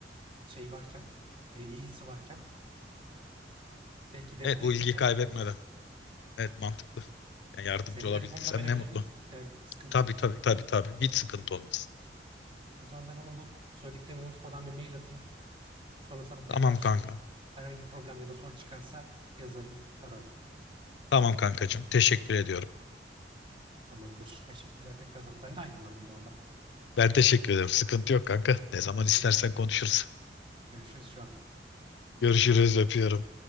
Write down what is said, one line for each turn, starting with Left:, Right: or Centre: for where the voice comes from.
Right: şey varken, e, iyisi varken belki de
Left: Evet
Right: burayı
Left: bu
Right: seçer
Left: ilgi kaybetmeden.
Right: kim bilir.
Left: Evet mantıklı. Yani yardımcı
Right: Senin
Left: olabildiysem
Right: telefonunu da verebilir
Left: ne mutlu.
Right: miyim? Eğer sıkıntı
Left: Tabii
Right: olursa.
Left: tabii tabii tabii. Hiç sıkıntı olmaz.
Right: O zaman ben onun bu söylediklerini unutmadan bir mail atayım. Sonra sana tekrar
Left: Tamam kanka.
Right: herhangi bir problem ya da soru çıkarsa yazarım, ararım.
Left: Tamam kankacığım. Teşekkür ediyorum.
Right: Tamamdır. Teşekkürler tekrardan. Ben de aydınlandım bu arada.
Left: Ben teşekkür ederim. Sıkıntı yok kanka. Ne zaman istersen
Right: Gör-
Left: konuşuruz.
Right: Görüşürüz şu an.
Left: Görüşürüz. Öpüyorum.